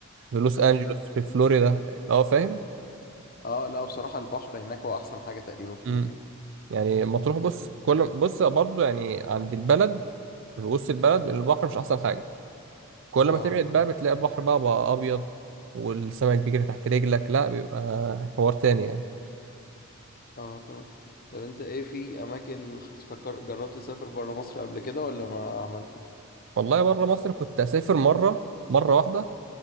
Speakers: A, on the right (about 60°); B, on the left (about 40°).
A: في لوس
B: ايوه
A: أنجلوس في فلوريدا اه فاهم
B: اه لا بصراحه البحر هناك هو احسن حاجه تقريبا في
A: امم
B: مطروح
A: يعني مطروح بص كل بص برضو يعني عند البلد في وسط البلد البحر مش احسن حاجه كل
B: اه
A: ما تبعد بقى بتلاقي البحر بقى بقى ابيض والسمك بيجري تحت رجلك لا بيبقى حوار تاني يعني
B: اه تمام طب انت ايه في اماكن حس- فكر جربت تسافر برا مصر قبل كده ولا ما عملتش
A: والله بره مصر كنت اسافر مره مره واحده